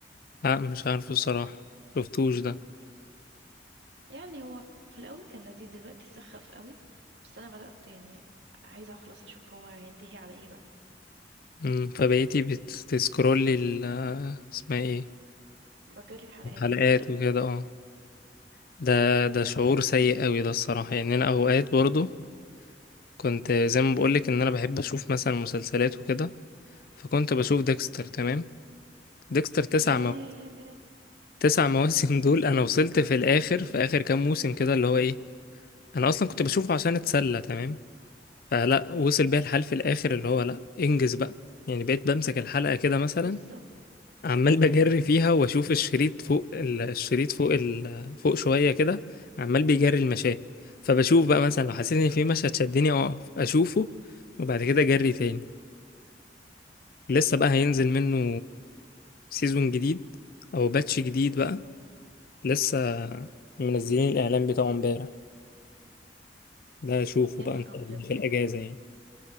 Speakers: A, on the left; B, on the right.
A: لا مش عارفه الصراحة شفتوش ده
B: يعني هو في الأول كان لذيذ دلوقتي سخف قوي بس أنا بدأت يعني عايزة أخلص أشوف هو هينتهي على إيه بقى
A: مم، فبقيتي بتسكرولي ال اسمها ايه
B: بجري الحلقات
A: الحلقات
B: اهو
A: وكده اه ده ده شعور سيء قوي ده الصراحة يعني انا اوقات برضو كنت زي ما بقولك ان انا بحب اشوف مثلا مسلسلات وكده فكنت بشوف ديكستر تمام ديكستر تسع
B: ياه
A: مو... تسع مواسم <laughs> دول انا وصلت في الاخر في اخر كام موسم كده اللي هو ايه انا اصلا كنت بشوفه عشان اتسلى تمام فلا وصل بيا الحال في الاخر اللي هو لا انجز بقى يعني بقيت بمسك الحلقة كده مثلا
B: بالظبط
A: عمال بجري فيها واشوف الشريط فوق ال- الشريط فوق ال... فوق شويه كده عمال بيجري المشاه فبشوف بقى مثلا لو حسيت ان في مشهد شدني اقف اشوفه وبعد كده اجري تاني لسه بقى هينزل منه سيزون جديد او باتش جديد بقى لسه منزلين الاعلان بتاعه امبارح ده اشوفه
B: يا
A: بقى
B: نهار
A: ان
B: أبيض
A: شاء الله في الاجازه يعني